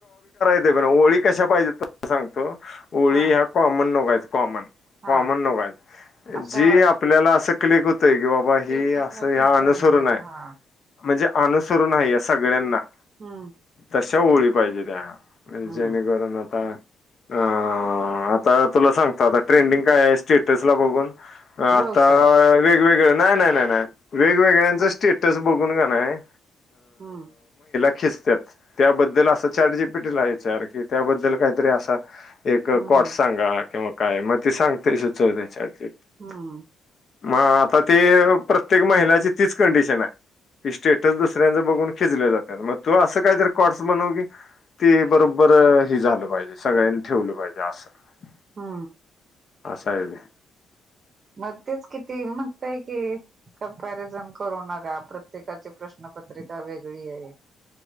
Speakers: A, on the left (about 50°); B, on the right (about 45°).
A: ते ब ओळी कशा पाहिजेत ते सांगतो. ओळी
B: हा
A: ह्या कॉमन नकोयत कॉमन
B: हा
A: कॉमन नोकय
B: अशा
A: जी आपल्याला असं क्लिक होत. की बाबा
B: स्टेटसला
A: ही असं हे
B: ठेवता
A: अनुसरून
B: ये ना जग
A: आहे
B: हा
A: म्, हणजे स
B: हम्म
A: तशा ओळी पाहिजे त्या
B: हम्म
A: जेणेकरून आता अ आता तुला सांगत आता ट्रेंडिंग काय आहे स्टेटस ला बघून अ
B: व्यवसाय
A: आता वेगवेगळ नाही नाही नाही नाही वेगवेगळ्यांच
B: हम्म
A: सेटस बघून का नाही
B: हम्म
A: खिचतात त्याबद्दल असं चॅट जी पीटीला याच्यार की त्याबद्दल काहीतरी असा एक
B: हम्म
A: कॉट सांगा किंवा काय मग ते सांगते सुचव द्याच्याज
B: हम्म
A: मग आता ते प्रत्येक महिलाची तीच कंडिशन आहे की स्टेट च दुसऱ्यांच बघून खिचले जाते मग तू असं काहीतरी कॉडस बनवू की तेी बरोबर हे झालं पाहिजे सगळ्यांनी ठेवलं पाहिजे असं
B: हा
A: आसाा आहेे
B: मग तेच किती म्हणतय कि... कम्पॅरिझन करू नका प्रत्येकाची प्रश्नपत्रिका वेगळी आहे.